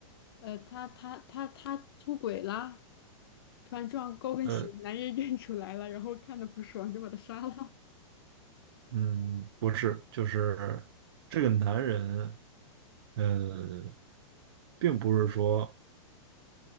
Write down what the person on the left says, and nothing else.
呃，他他他他出轨啦。穿然撞高跟鞋，
男人认出来了，然后看的不爽就把他杀了。